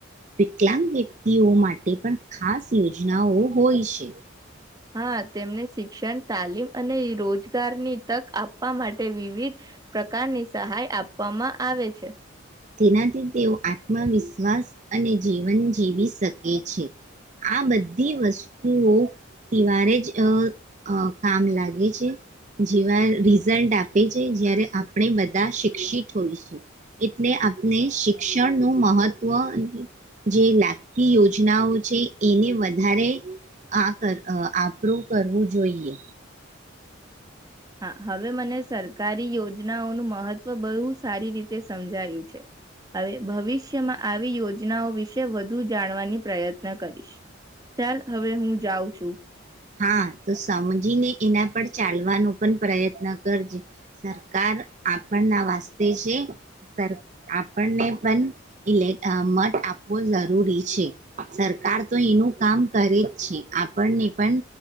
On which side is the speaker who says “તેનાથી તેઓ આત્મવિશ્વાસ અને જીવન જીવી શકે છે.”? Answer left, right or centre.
Right